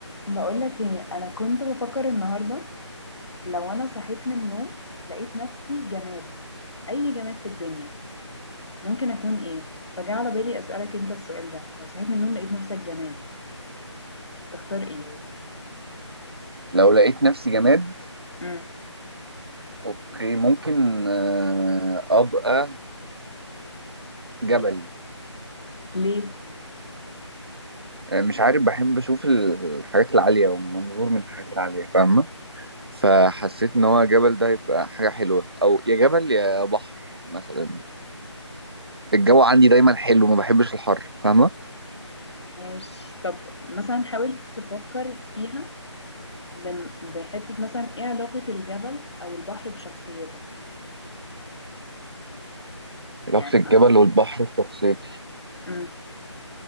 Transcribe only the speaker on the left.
بقولك ايه انا كنت بفكر النهارده لو انا صحيت من النوم لقيت نفسي جماد اي جماد في الدنيا ممكن اكون ايه فجاء على بالي اسالك انت السؤال ده لو صحيت من النوم لقيت نفسك جماد تختار ايه
امم
ايوه ليه
ماشي طب مثلا حاولت تفكر فيها بم- بحته مثلا ايه علاقه الجبل او البحر بشخصيتك
يعني
امم